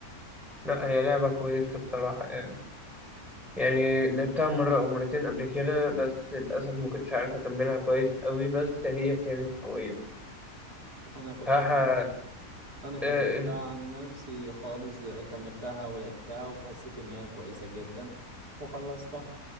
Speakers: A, in the centre; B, on the right.
A: لا هي لعبة كويسة بصراحة يعني يعني لعبتها مرة أو مرتين قبل كده بس للأسف ما كنتش عارف أكملها كويس قوي بس هي كانت كويسة
B: انا كنت
A: بصراحة
B: <laughs> انا كملتها
A: آه،
B: عن نفسي خالص كملتها ولعبتها وحسيت ان هي كويسة جدا وخلصتها